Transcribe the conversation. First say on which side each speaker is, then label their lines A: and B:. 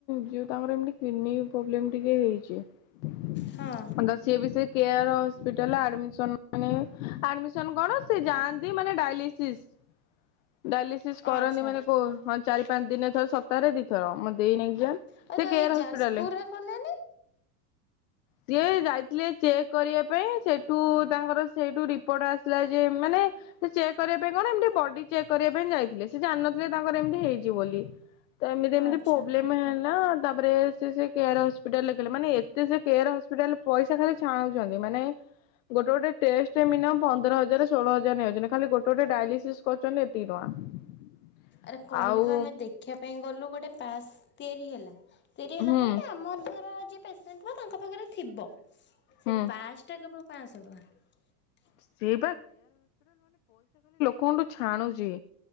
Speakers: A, on the left; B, on the left.
A: ଯିଉ ତାଙ୍କର ଏମିତି କିଡନୀ ପ୍ରୋବେଲମ ଟିକେ ହେଇଚି
B: ହଁ
A: ସେବିସେ କେଆର ହସ୍ପିଟାଲ ଆଡମିସନ, ମାନେ ଆଡ଼ମିଶନ କଣ ସେ ଯାଆନ୍ତି ମାନେ ଡ଼ାଇଲିସିସ୍ ଡାଲିସିସ୍ କରନ୍ତି,
B: ଆଚ୍ଛା।
A: ମାନେ କ ହଁ ଚାରି ପାଞ୍ଚ ଦିନ ଥର ସପତାହରେ ଦିଇଥର ମ ଦେଇନିଆଜ୍ଞା
B: ଆଉ
A: ସେ
B: ତ
A: କେଆର
B: ଏଇ ଯାଜପୁରରେ
A: ହସ୍ପିଟାଲରେ
B: କଲେନି
A: ସିଏ ଯାଇଥିଲେ ଚେକ୍ କରିବା ପାଇଁ ସେଠୁ ତାଙ୍କର ସେଇଠୁ ରିପୋର୍ଟ ଆସିଲା, ଯେ ମାନେ ଚେକ୍ କରିବା ପାଇଁ କଣ ଏମତି ବ କରିବା ପାଇଁ ଯାଇଥିଲେ, ସେ ଜାଣିନଥିଲେ ତାଙ୍କର ଏମିତି ହେଇଛି ବୋଲି ତ
B: ଆଚ୍ଛା।
A: ମେ ପ୍ରୋବ୍ଲେମ ହେଲା ତାରେ ସେ କେୟାର ହସ୍ପିଟାଲ ଥିଲେ, ମାନେ ଏତେ ସେ କୋୟାର ହସ୍ପିଟାଲ ପଇସା ଖାଲି ଛାଣୁଛନ୍ତି। ମାନେ ଗୋଟେ ଗୋଟେ ଟେଷ୍ଟ ମିନି ପନ୍ଦର ହଜାର ଷୋହଳ ହଜାର ନେଇଯାଉଛନ୍ତି, ଖାଲି ଗୋଟେ ଗଟେ ଡାଲିସିସ୍ କରିଛି ନେ ଏତିକି ଟଙ୍କା।
B: ଆରେ କହିଲି
A: ଆଉ
B: ବା ଆମେ ଦେଖିବା ପାଇଁ ଗଲୁ ଗୋଟେ ପାସ୍ ତିଆରି ହେଲା ଡେରି ହେଲା
A: ହୁଁ
B: କହିକି ଆମ ଘର ଯିଏ ପେସେଣ୍ଟ୍ ହୁ ତାଙ୍କ ପାଖରେ ଥିବ ସେ
A: ହୁଁ।
B: ପାସଟା କେବଳ ପାଞ୍ଚଶହ ଟଙ୍କା।
A: ସିଏ କୁଠୁ ଛାଣୁଛି